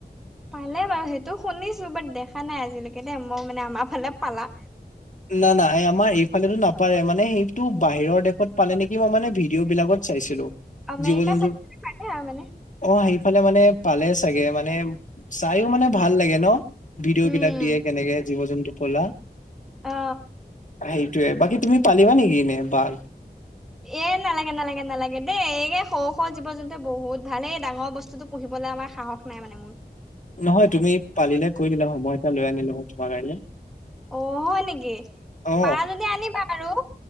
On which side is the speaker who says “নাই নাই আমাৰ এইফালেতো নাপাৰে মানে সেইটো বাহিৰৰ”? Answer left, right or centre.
Left